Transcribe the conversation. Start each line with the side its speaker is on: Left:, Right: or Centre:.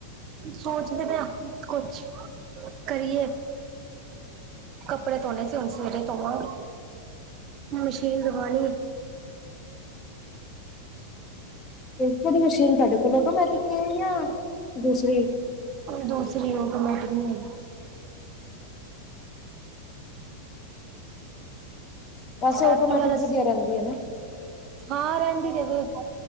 Right: ਸੋਚਦੇ ਪਏ ਹਾਂ, ਕੁਛ ਕਰੀਐ। ਕੱਪੜੇ ਧੋਣੇ ਸੀ, ਹੁਣ ਸਵੇਰੇ ਧੋਵਾਂਗੇ। ਮਸ਼ੀਨ ਲਗਾਣੀ ਹੈ।
Left: ਤੇ ਕਿਹੜੀ ਮਸ਼ੀਨ ਤੁਹਾਡੇ ਕੋਲ ਆਟੋਮੈਟਿਕ ਏ ਯਾਂ ਦੂਸਰੀ।
Right: ਦੂਸਰੀ ਹੈ, ਆਟੋਮੈਟਿਕ ਨਹੀਂ ਹੈਗੀ।
Left: ਵੈਸੇ ਔਟੋਮੈਟਿਕ
Right: ਐਕਟਿਵਾ ਦਾ
Left: ਵਧੀਆ ਰਹਿੰਦੀ ਹੈਨਾ।
Right: ਹਾਂ ਰੇਂਦੀ ਤੇ ਵੇ